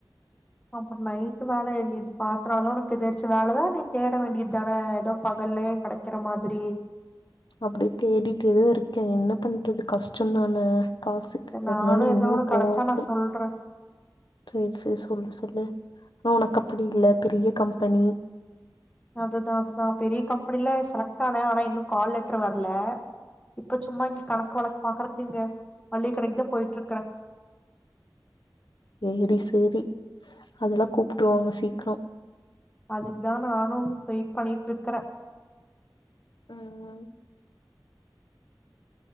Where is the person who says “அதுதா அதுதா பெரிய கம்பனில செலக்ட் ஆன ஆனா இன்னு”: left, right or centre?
Left